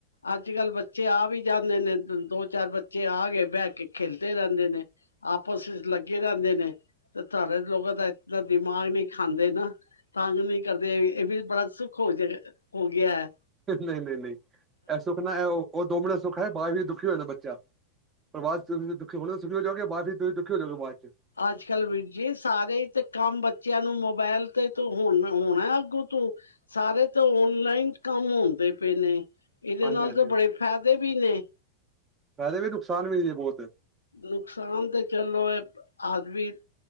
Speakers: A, on the left; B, on the right.
A: ਅੱਜ -ਕੱਲ ਬੱਚੇ ਆ ਵੀ ਜਾਂਦੇ ਨੇ, ਦੋ- ਚਾਰ ਬੱਚੇ ਆ ਗਏ ਬੈ ਕੇ ਖੇਿਲਦੇ ਰੇਂਦੇ ਨੇ, ਆਪਸ ਵਿੱਚ ਲੱਗੇ ਰੇਂਦੇ ਨੇ ਤੇ ਤਾਡੇ ਲੋਗਾ ਦਾ, ਇਤਨਾ ਦਿਮਾਗ ਨਈ ਖਾਂਦੇ ਨਾ ਤੰਗ ਨਈ ਕਰਦੇ, ਏ ਵੀ ਬੜਾ ਸੁੱਖ ਹੋ ਜੇ, ਹੋ ਗੇਆ ਐ।
B: ਨਈ- ਨਈ- ਨਈ, ਏ ਸੁੱਖ ਨਾ ਓ, ਦੋ ਮਿਨੇ ਸੁੱਖ ਐ ਬਾਅਦ ਵਿੱਚ ਦੁਖੀ ਹੋ ਜਾਂਏ ਬੱਚਾ ਪਰ ਬਾਅਦ ਚ ਤੁਸੀਂ ਦੁਖੀ ਹੋਣਾ, ਸੁਖੀ ਹੋ ਜਾਓਗੇ, ਬਾਅਦ ਚ ਤੁਂਸੀ ਦੁਖੀ ਹੋ ਜਾਓਗੇ, ਬਾਅਦ ਚ
A: ਅੱਜ ਕੱਲ੍ਹ ਵੀਰ ਜੀ ਸਾਰੇ, ਤੇ ਕੰਮ ਬੱਚੇਆਂ ਨੂੰ ਮੋਬਾਇਲ ਤੇ, ਤੂੰ ਹੋਣ ਹੋਣਾ ਅੱਗੂ ਤੂੰ ਸਾਰੇ ਤੇ ਔਨਲਾਈਨ ਕੰਮ ਹੁੰਦੇ ਪਏ ਨੇ, ਏਦੇ
B: ਹਾਂਜੀ
A: ਨਾਲ
B: ਹਾਂਜੀ
A: ਤਾਂ ਬੜੇ
B: ਹਾਂਜੀ
A: ਫਾਇਦੇ ਵੀ ਨੇ
B: ਫਾਇਦੇ ਵੀ, ਨੁਕਸਾਨ ਵੀ ਏ, ਬੋਤ
A: ਨੁਕਸਾਨ ਤੇ ਚੱਲੋ, ਏ ਆਦਮੀ